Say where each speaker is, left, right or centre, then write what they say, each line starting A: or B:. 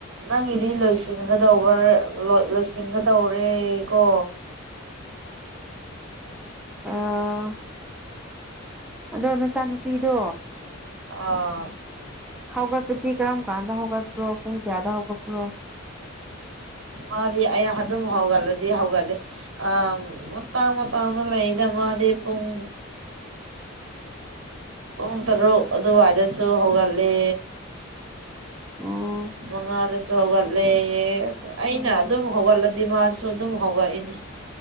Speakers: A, on the right; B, in the centre.
A: ꯅꯪꯒꯤꯗꯤ ꯂꯣꯏꯁꯤꯟꯒꯗꯧꯕꯔ ꯂ‌ꯣꯏ ꯂꯣꯏꯁꯤꯟꯒꯗꯧꯔꯦ ꯀꯣ
B: ꯑꯥ ꯑꯗꯣ ꯅꯆꯥꯅꯨꯄꯤꯗꯣ
A: ꯑ
B: ꯍꯧꯒꯠꯄꯗꯤ ꯀꯔꯝ ꯀꯥꯟꯗ ꯍꯧꯒꯠꯄ꯭ꯔꯣ ꯄꯨꯡ ꯀꯌꯥꯗ ꯍꯧꯒꯠꯄ꯭ꯔꯣ
A: ꯃꯥꯗꯤ ꯑꯩ ꯑꯗꯨꯝ ꯍꯧꯒꯠꯂꯗꯤ ꯍꯧꯒꯠꯂꯦ ꯑ ꯃꯇꯥꯡ ꯃꯇꯥꯡꯅ ꯂꯩꯗ ꯃꯥꯗꯤ ꯄꯨꯡ ꯄꯨꯡ ꯇꯔꯨꯛ ꯑꯗꯨꯋꯥꯏꯗꯁꯨ ꯍꯧꯒꯠꯂꯦ
B: ꯑꯣ
A: ꯃꯥꯉꯥꯜꯗꯁꯨ ꯍꯧꯒꯠꯂꯦꯌꯦ ꯑꯁ ꯑꯩꯅ
B: ꯎꯝ
A: ꯑꯗꯨꯝ ꯍꯧꯒꯠꯂꯗꯤ ꯃꯥꯁꯨ ꯑꯗꯨꯝ ꯍꯧꯒꯠꯏꯅꯦ